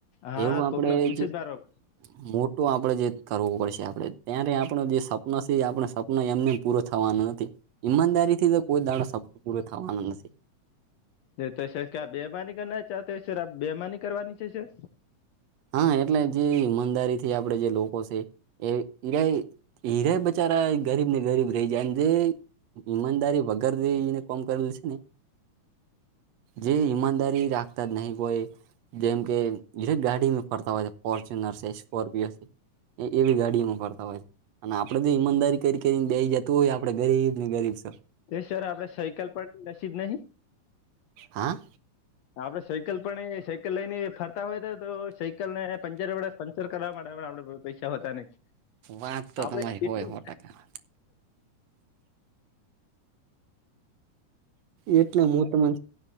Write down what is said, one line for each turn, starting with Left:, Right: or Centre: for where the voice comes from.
Left: હા
Right: એવું આપડે
Left: કોકને પૂછી
Right: જે.
Left: જ મારવા
Right: મોટું આપડે જે કરવો પડશે આપણેે ત્યારે આપણ જે સપનું છે, આપણે સપના એમને. પૂરો થવાનો નથી. ઈમાનદારીથી તો કોઈ દાણા સપનો પૂરો થવાનો નથી.
Left: નતો સર કે આપ બેમાની કરના ચાતો હો સર આપ બેમાની કરવાની છે, સર.
Right: હા એટલે જે ઈમાનદારી થી આપડે જે લોકો છે, એ ઈરાય હીરાય બિચારા ગરીબ ને ગરીબ, રહી જાય ને જેે ઈમાનદારી વગર જેને કોમ કરેલ છે, ને જે ઈમાનદારી રાખતા જ નહીં કોઈ જેમ કે જરેક ગાડી, ફરતા હોય છે, ફોર્ચ્યુનર છે, સ્કોર્પિયો છે, એ એવી ગાડીઓમાં ફરતા હોય છે. અને આપડે જો ઈમાનદારી કરી કરીને દઈ જતું હોય આપડે ગરીબ ને ગરીબ સર.
Left: એ સર આપડે સાયકલ પર નસીબ નહીં?
Right: હા?
Left: તો આપડે સાયકલ પણ એ સાયકલ લઈને ફરતા હોય તો તો સાયકલ ને પંચરવાળા પંચર કરવા માટેમાં પણ આપડે પૈસા હોતા નહીં
Right: વાત તો
Left: આપડે
Right: તમારી
Left: એટલી.
Right: હોય સો ટકા એટલે હું તને,